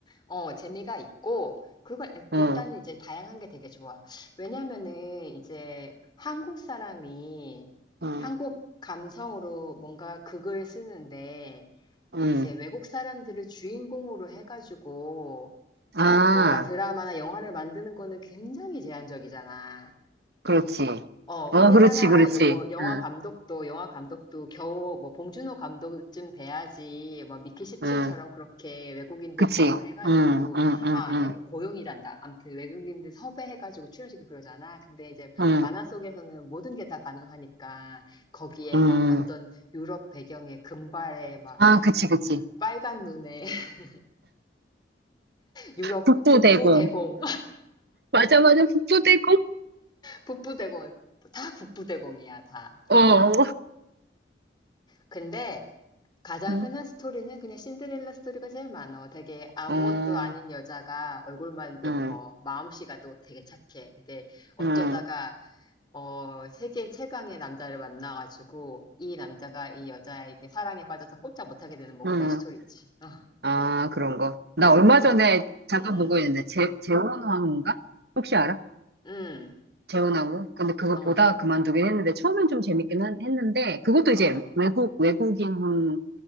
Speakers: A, on the left (about 25°); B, on the right (about 60°).
A: 어, 재미가 있고, 그걸
B: 응,
A: 일단은 이제 다양한 게 되게 좋아. 왜냐면은 이제 한국 사람이
B: 응,
A: 한국 감성으로 뭔가 극을 쓰는데,
B: 응.
A: 이제 외국 사람들을 주인공으로 해가지고
B: 아,
A: 뭔가 드라마나 영화를 만드는 거는 굉장히 제한적이잖아.
B: 그렇지.
A: 어, 우리나라
B: 어, 그렇지, 그렇지.
A: 여- 뭐 영화
B: 응,
A: 감독도 영화 감독도 겨우 뭐 봉준호 감독쯤 돼야지 뭐 미키 17처럼
B: 응,
A: 그렇게 외국인들
B: 그치.
A: 고용해가지고
B: 응, 응, 응,
A: 아
B: 응,
A: 해- 고용이란다. 아무튼 외국인들 섭외해가지고 출연시키고 그러잖아. 근데 이제
B: 응,
A: 만화 속에서는 모든 게 다 가능하니까 거기에
B: 응.
A: 막 어떤 유럽 배경에 금발에 막
B: 아, 그치, 그치.
A: 빨간 눈에 <laughs> 유럽
B: 북부대공.
A: 북부 대공
B: 맞아, 맞아, 북부대공.
A: 북부 대공 <laughs> 다 북부 대공이야 다.
B: 어,
A: 어.
B: 어,
A: 근데 가장
B: 응,
A: 흔한 스토리는 그냥 신데렐라 스토리가 제일 많어. 되게 아무것도
B: 어,
A: 아닌 여자가 얼굴만 예뻐.
B: 응,
A: 마음씨가 또 되게 착해. 근데 어쩌다가
B: 응,
A: 어, 세계 최강의 남자를 만나가지고 이 남자가 이 여자에게 사랑에 빠져서 꼼짝 못하게 되는 뭐
B: 응.
A: 그런 스토리지. 어,
B: 아, 그런 거. 나 얼마
A: 응,
B: 전에 잠깐
A: 응,
B: 본 거 있는데, 제, 재혼왕후인가? 혹시 알아?
A: 응,
B: 재혼왕후? 근데 그거
A: 어,
B: 보다가 그만두긴 했는데, 처음엔 좀 재밌긴 한- 했는데, 그것도
A: 어,
B: 이제 외국, 외국인,